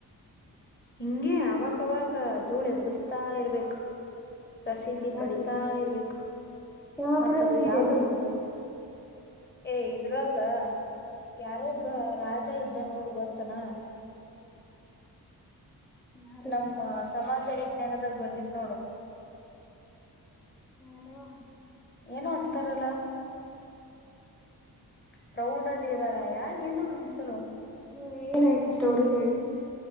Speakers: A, on the left; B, in the centre.
A: ಹಿಂಗಗೆ ಅವಾಗವಾಗ ಧೂಳ ಹೆಬ್ಬಸ್ತ ತಾ ಇರ್ಬೇಕು ಪ್ರಸಿದ್ಧಿ
B: ಯಾರದು
A: ಪಡಿತಾ ಇರ್ಬೇಕು
B: ಯಾವ
A: ಮತ್ತದು
B: ಪ್ರಸಿದ್ಧ
A: ಯಾವ್ದದು
B: ಇದೆ
A: ಏ ಇದ್ರಾಗ ಯಾರೊಬ್ಬ ರಾಜ ಇದ್ದ ನೋಡು ಗೊತ್ತನಾ
B: ಯಾರು
A: ನಮ್ಮ ಸಮಾಜದ ವಿದ್ಯಾನದಾಗ ಬಂದಿತ ನೋಡ
B: ಯಾರಯಾವ
A: ಏನು ಅಂತಾರಲ್ಲ ಪ್ರೌಢ ದೇವರಾಯ ಏನ ಅವನ ಹೆಸರು
B: ಹ ಏನಾಯು ಸ್ಟೋರಿ ಹೇಳ